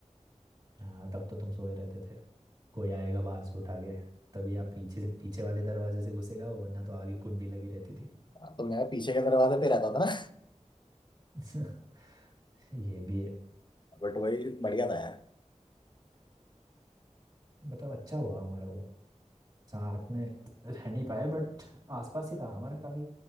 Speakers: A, on the right (about 30°); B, on the left (about 40°).
A: हाँ तब तो तुम सोए रहते थे कोई आएगा बाहर से उठा के तभी आप पीछे से पीछे वाले दरवाजे से घुसेगा वरना तो आगे कुंडी लगी रहती थी
B: ना तो मैं पीछे के दरवाजे पे रहता था ना
A: <laughs> ये भी है
B: बट वही बढ़िया था यार
A: मतलब अच्छा हुआ हमारा वो साथ में रह नहीं पाए बट आसपास ही था हमारा काफी